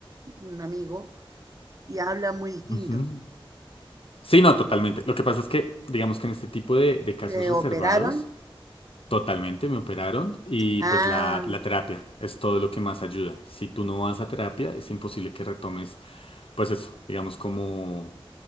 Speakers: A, on the right; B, on the left.
A: un amigo y habla muy distinto.
B: Ujú. Sí, no, totalmente. Lo que pasa es que, digamos que en este tipo de, de casos
A: ¿Se
B: reservados,
A: operaron?
B: totalmente me operaron y
A: Ah,
B: pues la, la terapia es todo lo que más ayuda. Si tú no vas a terapia, es imposible que retomes pues eso, digamos, como,